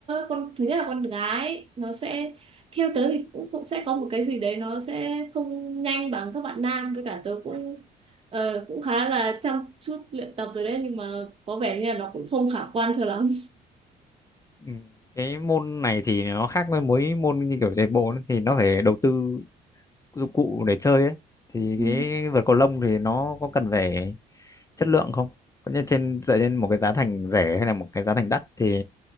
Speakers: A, on the right; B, on the left.
A: con thứ nhất là con gái nó sẽ theo tớ thì cũng, cũng sẽ có một cái gì đấy nó sẽ không nhanh bằng các bạn nam với cả tớ cũng ờ, cũng khá là chăm chút luyện tập rồi đấy nhưng mà có vẻ như là nó cũng không khả quan cho lắm
B: ừ. cái môn này thì nó khác với mỗi môn như kiểu chạy bộ ấy, thì nó phải đầu tư dụng cụ để chơi ấy thì
A: Ừ.
B: cái vợt cầu lông thì nó có cần phải chất lượng không có như trên dựa trên một cái giá thành rẻ hay là một cái giá thành đắt thì